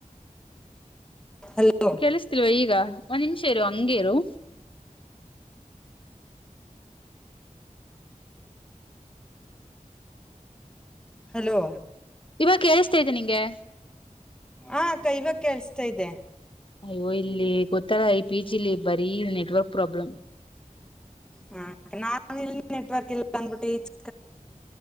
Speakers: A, in the centre; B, on the left.
A: ಹಲೋ.
B: ಕೆಲಿಸತಿಲ್ವ ಈಗ ಒಂದ್ ನಿಮಿಷ ಇರು ಹಂಗೇ ಇರು.
A: ಹಲೋ.
B: ಇವಾಗ ಕೆಳಸ್ತಿದಿಯ ನಿಂಗೆ.
A: ಹಾ ಅಕ್ಕ ಇವಾಗ ಕೆಳ್ಸ್ತಾ ಇದೆ.
B: ಅಯ್ಯೋ ಇಲ್ಲಿ ಗೊತ್ತಾಲಾ ಇ ಪಿ ಜಿಲಿ ಬರೀ ನೆಟ್ವರ್ಕ್ ಪ್ರಾಬ್ಲಮ್.
A: ಹ ನಾ ಇಲ್ಲಿ ನೆಟ್ವರ್ಕ್ ಇಲ್ಲ ಅಂದ್ಬಿಟ್ಟು ಆಚೆ.